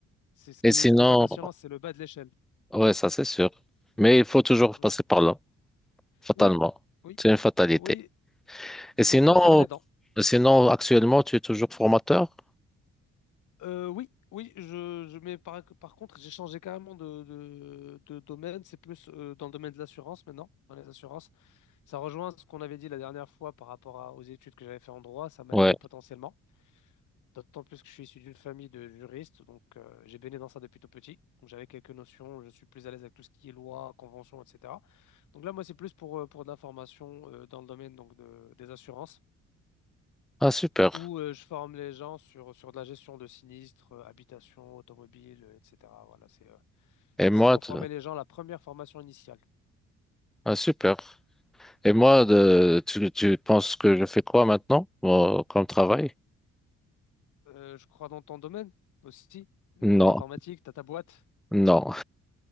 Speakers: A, on the left (about 80°); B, in the centre.
A: C'est ce qui
B: Et sinon,
A: est, ce qui est pas passionnant, c'est le bas de l'échelle.
B: ouais, ça c'est sûr. Mais il faut toujours
A: Mm.
B: passer par là, fatalement.
A: Oui, oui,
B: C'est une fatalité.
A: oui,
B: Et sinon,
A: pour se faire les dents.
B: sinon, actuellement, tu es toujours formateur?
A: Euh, oui, oui, je, je mais par, par contre, j'ai changé carrément de, de, de domaine. C'est plus euh, dans le domaine de l'assurance maintenant, dans les assurances. Ça rejoint ce qu'on avait dit la dernière fois par rapport à- aux études que j'avais fait en droit, ça m'a
B: Ouais.
A: aidé potentiellement. D'autant plus que je suis issu d'une famille de juristes, donc euh, j'ai baigné dans ça depuis tout petit. Donc j'avais quelques notions, je suis plus à l'aise avec tout ce qui est loi, convention, etc. Donc là, moi, c'est plus pour, euh, pour de la formation euh, dans le domaine donc, de- des assurances,
B: Ah, super.
A: où euh, je forme les gens sur, sur de la gestion de sinistres, euh, habitation, automobile, euh, etc. Voilà, c'est euh,
B: Et moi,
A: c'est pour
B: tu-
A: former les gens, la première formation initiale.
B: ah, super. Et moi, de- tu, tu penses que je fais quoi maintenant, euh, comme travail?
A: Euh, je crois dans ton domaine aussi, euh,
B: Non,
A: dans l'informatique, T'as ta boîte,
B: non.